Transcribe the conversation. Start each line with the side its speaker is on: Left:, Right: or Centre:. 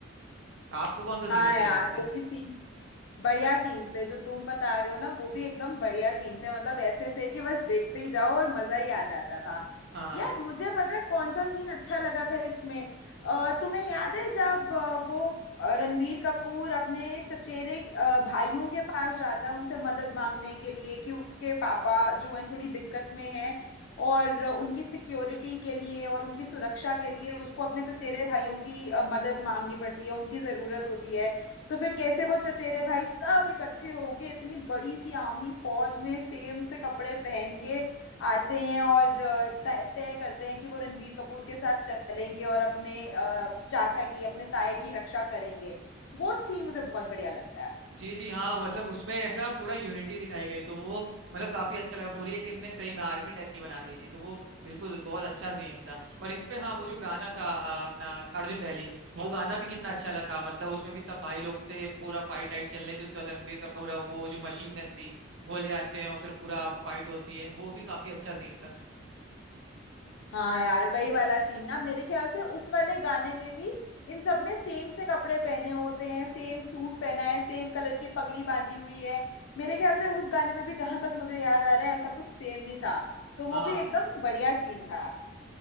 Right: आपको कौन सा
Left: हाँ
Right: सीन अच्छा
Left: यार
Right: लगा इसमें
Left: वो भी सीन बढ़िया सीन्स थे जो तुम बता रहे हो ना वो भी एकदम बढ़िया सीन थे मतलब ऐसे थे कि बस देखते ही जाओ और मजा ही आ जाता था
Right: हाँ
Left: यार मुझे पता है कौन सा सीन अच्छा लगा था इसमें अ, तुम्हें याद है जब अ, वो अ, रणबीर कपूर अपने चचेरे अ, भाइयों के पास जाता है उनसे मदद मांगने के लिए कि उसके पापा जो हैं थोड़ी दिक्कत में हैं और उनकी सिक्योरिटी के लिए और उनकी सुरक्षा के लिए उसको अपने चचेरे भाइयों की अ, मदद मांगनी पड़ती है उनकी ज़रूरत होती है तो फिर कैसे वो चचेरे भाई सब इकट्ठे होके इतनी बड़ी सी आर्मी फौज में सेम से कपड़े पहन के आते हैं और अ, तय तय करते हैं कि वो रणबीर कपूर के साथ चलेंगे और अपने अ, चाचा की अपने ताए की रक्षा करेंगे वो सीन मुझे बहुत बढ़िया लगता है
Right: जी जी हाँ मतलब उसमें ऐसा पूरा यूनिटी दिखाई गई तो वो मतलब काफी अच्छा लगा पूरी एक इनने सही में आर्मी टाइप की बना दी थी तो वो बिल्कुल बहुत अच्छा सीन था और इनपे हाँ वो जो गाना था अ, अपना अर्जुन वैली वो गाना भी कितना अच्छा लगा था मतलब उसमें भी सब भाई लोग थे पूरा फाइट आइट चल रही थी उसके बाद रणबीर का पूरा वो जो मशीन गन थी वो ले आते हैं और फिर पूरा फाइट होती है वो भी काफी अच्छा सीन था
Left: हाँ यार वही वाला सीन ना मेरे ख्याल से उस वाले गाने में भी इन सब ने सेम से कपड़े पहने होते हैं सेम सूट पहना है सेम कलर की पगड़ी बांधी हुई है मेरे ख्याल से उस गाने में भी जहां तक मुझे याद आ रहा है ऐसा कुछ सेम ही था तो वो
Right: हाँ
Left: भी एकदम बढ़िया सीन था